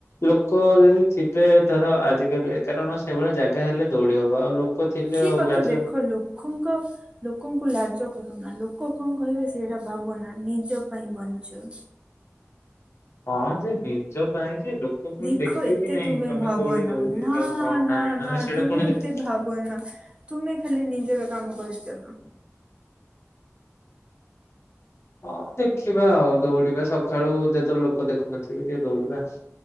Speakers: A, on the left (about 60°); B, on the right (about 20°).
A: ଲୋକ ଯଦି ଥିବେ ଧର ଆଜିକାଲି। କାରଣ ସେଇଭଳିଆ ଜାଗା ହେଲେ ଦୌଡି ହବ ଆଉ ଲୋକ ଥିଲେ
B: କି
A: ଆଉ
B: କଥା
A: ଲାଜ
B: ଦେଖ
A: ଲା
B: ଲୋକଙ୍କ ଲୋକଙ୍କୁ ଲାଜ କର ଲୋକ କଣ କହିବେ ସେଇଟା ଭାବନା ନିଜ ପାଇଁ ବଞ୍ଚ।
A: ହଁ ଯେ ନିଜ ପାଇଁ। ଲୋକ ପୁଣି
B: ଦେଖ
A: ଦେଖିବେ
B: ଏତେ
A: କି ନାଇଁ
B: ତୁମେ
A: ତମେ
B: ଭାବନା
A: କୋଉଠି ଦୌଡୁଛ
B: ନା
A: କଣ
B: ନା
A: ନାହିଁ ମାନେ
B: ନା
A: ସେଇଟା
B: ତୁମେ
A: ପୁଣି ଦେଖ
B: ଏତେ ଭାବନା। ତୁମେ ଖାଲି ନିଜର କାମ କରିଛ।
A: ହ ହଁ ଦେଖିବା ଆଉ ଦୌଡିବା ସକାଳୁ ଯେତେବେଳେ ଲୋକ ଦେଖୁନଥିବେ ଟିକେ ଦୌଡିବା।